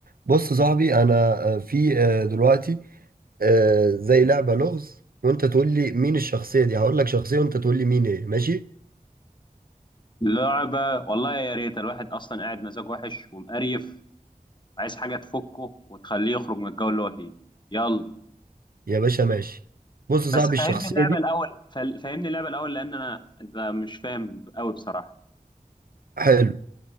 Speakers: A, on the right (about 80°); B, on the left (about 30°).
A: بص يا صاحبي انا آه، في آه، دلوقتي آه، زي لعبة لغز وانت تقول لي مين الشخصية دي هقول لك شخصية وانت تقول لي مين ايه ماشي
B: لعبة والله يا ريت الواحد أصلا قاعد مزاج وحش ومقريف عايز حاجة تفكه وتخليه يخرج من الجو اللي هو فيه يلا
A: يا باشا ماشي بص يا
B: بس
A: صاحبي الشخصية
B: فهمني اللعبة
A: دي
B: الأول فل- فهمني اللعبة الأول لأن أنا أنت مش فاهم قوي بصراحة
A: حلو